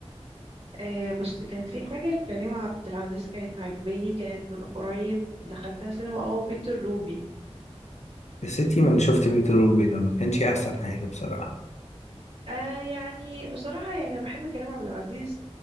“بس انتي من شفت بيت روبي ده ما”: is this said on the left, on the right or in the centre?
Left